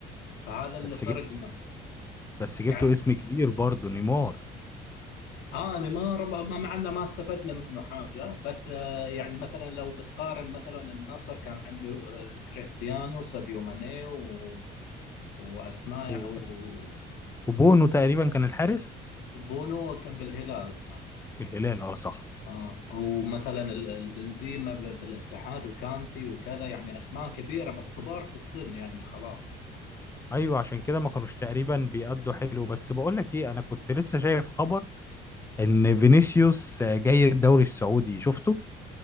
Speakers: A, on the left; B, on the left.
A: فهذا اللي
B: بس
A: فرق
B: جبت
A: معنا
B: بس جبته
A: يعني
B: اسم كبير برضه نيمار
A: اه يعني ما رب... ما معنا ما استفدنا منه حاجه بس آه يعني مثلا لو بتقارن مثلا النصر كان عنده آه كريستيانو ساديو ماني و... واسماء
B: و-
A: و...
B: وبونو تقريبا كان الحارس
A: بونو ك- بالهلال نعم
B: بالهلال اه صح
A: اه ومثلا ال- البنزيما ب- بالاتحاد وكانتي وكذا يعني اسماء كبيره بس كبار في السن يعني خلاص
B: ايوه عشان كده ما كانوش تقريبا بيأدوا حلو بس بقول لك ايه انا كنت لسه شايف خبر ان فينيسيوس جاي الدوري السعودي شفته